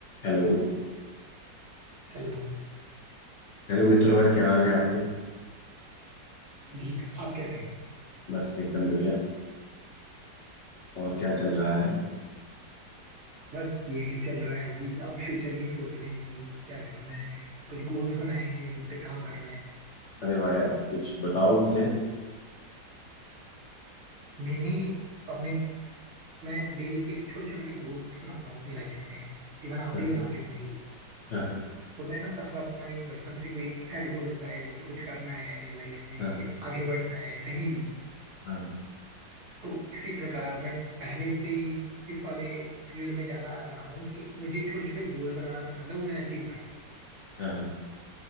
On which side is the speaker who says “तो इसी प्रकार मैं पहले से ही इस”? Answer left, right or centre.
Right